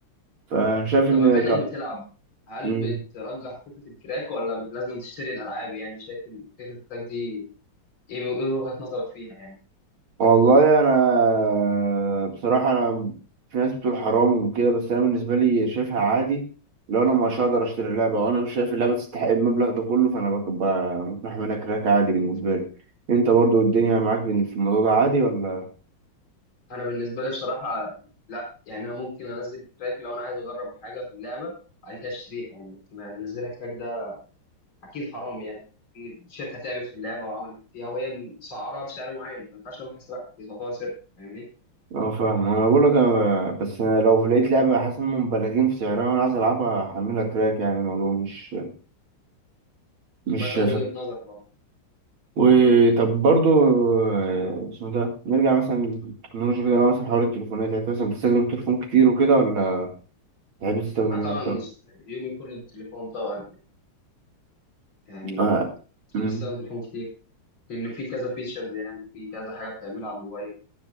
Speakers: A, on the right; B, on the left.
A: فانا شايف
B: طب
A: ان
B: بما انك
A: ك...
B: بتلعب هل
A: مم.
B: بترجح فكره الكراك ولا بت- لازم تشتري الالعاب يعني شايف ان فكره الكراك دي ايه ايه وجهه نظرك فيها يعني
A: والله انا بصراحه انا في ناس بتقول حرام وكده بس انا بالنسبه لي شايفها عادي لو انا مش هقدر اشتري اللعبه وانا مش شايف اللعبه تستحق المبلغ ده كله فانا ببقى ممكن احملها كراك عادي بالنسبه لي انت برضو الدنيا معاك بال- في الموضوع ده عادي ولا
B: انا بالنسبه لي بصراحه لا يعني انا ممكن انزل الكراك لو انا عايز اجرب حاجه في اللعبه بعد كده اشتريها يعني لكن انزلها كراك ده اكيد حرام يعني ان الشركه تعبت في اللعبه وعملت فيها وهي مسعرها بسعر معين فما ينفعش اروح اسرقها دي تعتبر سرقه فاهمني
A: اه فاهم انا بقول لك انا بس أنا لو لقيت لعبه حاسس انهم مبالغين في سعرها وانا عايز العبها هحملها كراك يعني الموضوع مش مش
B: مثلا وجهه نظر برضه
A: وطب برضو آه، اسمه ده نرجع مثلا للتكنولوجيا كده لو مثلا حوار التليفونات يعني انت مثلا بتستخدم التليفون كتير وكده ولا تحب تستخدم
B: انا طبعا
A: ايه اكتر؟
B: يومي كله بالتليفون طبعا يعني
A: آه.
B: اكيد
A: مم.
B: بستخدم التليفون كتير لانه في كذا فيتشرز يعني في كذا حاجه بتعملها على الموبايل